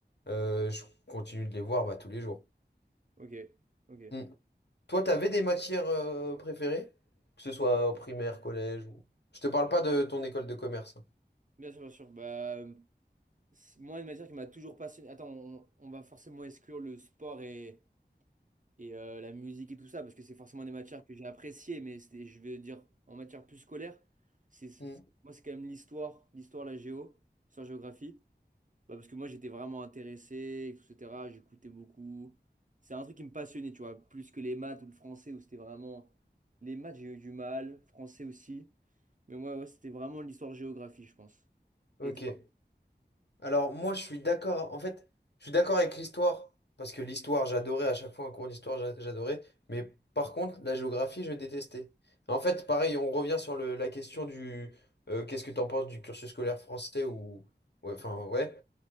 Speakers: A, on the left; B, on the right.
A: euh, je continue de les voir bah, tous les jours.
B: Ok, ok.
A: Mm. Toi, t'avais des matières euh, préférées? Que ce soit au primaire, collège ou... Je te parle pas de ton école de commerce.
B: Bien sûr, bien sûr. Bah, euh, c'est- moi, une matière qui m'a toujours passionné. Attends, on, on va forcément exclure le sport et, et euh, la musique et tout ça, parce que c'est forcément des matières que j'ai appréciées, mais c'était, je vais dire, en matière plus scolaire, c'est, c'est-
A: Mm.
B: moi, c'est quand même l'histoire, l'histoire, la géo, l'histoire-géographie, bah, parce que moi, j'étais vraiment intéressé, etc., j'écoutais beaucoup. C'est un truc qui me passionnait, tu vois, plus que les maths ou le français, où c'était vraiment... Les maths, j'ai eu du mal, français aussi, mais moi, ouais, c'était vraiment l'histoire-géographie, je pense.
A: Ok.
B: Et toi?
A: Alors moi, je suis d'accord. En fait, je suis d'accord avec l'histoire parce que l'histoire, j'adorais à chaque fois un cours d'histoire, j'a- j'adorais. Mais par contre, la géographie, je détestais. En fait, pareil, on revient sur le- la question du euh, qu'est-ce que t'en penses du cursus scolaire français ou ouais, enfin ouais.